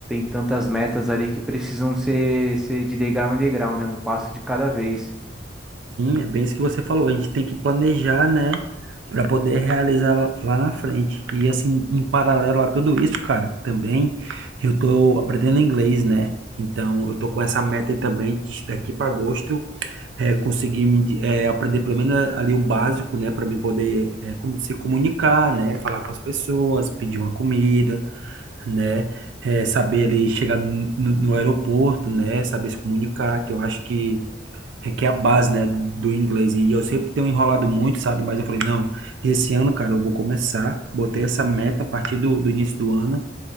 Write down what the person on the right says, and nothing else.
Sim, é bem isso que você falou. A gente tem que planejar, né, para poder realizar lá lá na frente. E assim, em paralelo a tudo isso, cara, também eu tô aprendendo inglês, né? Então, eu tô com essa meta aí também de daqui para agosto é, conseguir me é, aprender pelo menos ali o básico, né, para me poder é, como- se comunicar, né, falar com as pessoas, pedir uma comida, né, é, saber ali chegar no, no aeroporto, né, saber se comunicar, que eu acho que é, que é a base, né, do inglês. E eu sempre tenho enrolado muito, sabe? Mas eu falei, não, esse ano, cara, eu vou começar. Botei essa meta a partir do, do início do ano.